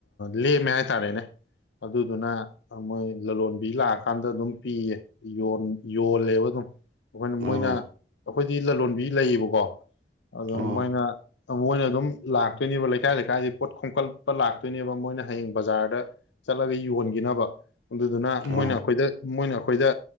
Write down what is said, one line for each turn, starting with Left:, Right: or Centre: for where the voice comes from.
Left: ꯂꯦꯝꯃꯦ ꯍꯥꯏꯇꯥꯔꯦꯅꯦ ꯑꯗꯨꯗꯨꯅ ꯃꯣꯏ ꯂꯂꯣꯟꯕꯤ ꯂꯥꯛꯑꯀꯥꯟꯗ ꯑꯗꯨꯝ ꯄꯤꯌꯦ ꯌꯣꯜꯂꯦꯕ ꯑꯗꯨꯝ ꯑꯩꯈꯣꯏꯅ ꯃꯣꯏꯅ
Right: ꯑꯣ
Left: ꯑꯩꯈꯣꯏꯗꯤ ꯂꯂꯣꯟꯕꯤ ꯂꯩꯌꯦꯕꯀꯣ ꯑꯗꯨꯝ
Right: ꯑꯣ
Left: ꯃꯣꯏꯅ ꯃꯣꯏꯅ ꯑꯗꯨꯝ ꯂꯥꯛꯇꯣꯏꯅꯦꯕ ꯂꯩꯀꯥꯏ ꯂꯩꯀꯥꯏꯗꯤ ꯄꯣꯠ ꯈꯣꯝꯀꯠꯄ ꯂꯥꯛ ꯑꯗꯨꯣꯏꯅꯦꯕ ꯃꯣꯏꯅ ꯍꯌꯦꯡ ꯕꯖꯥꯔꯗ ꯆꯠꯂꯒ ꯌꯣꯟꯈꯤꯅꯕ ꯑꯗꯨꯗꯨꯅ
Right: ꯑꯣ
Left: ꯃꯣꯏꯅ ꯑꯩꯈꯣꯏꯗ ꯃꯣꯏꯅ ꯑꯩꯈꯣꯏꯗ